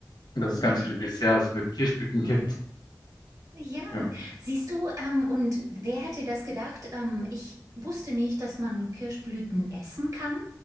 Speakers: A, on the left; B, on the right.
A: dass es
B: ja.
A: ganz viele Desserts mit Kirschblüten gibt.
B: Ja,
A: Ja,
B: siehst du, ähm, und wer hätte das gedacht? Ähm, ich wusste nicht, dass man Kirschblüten essen kann.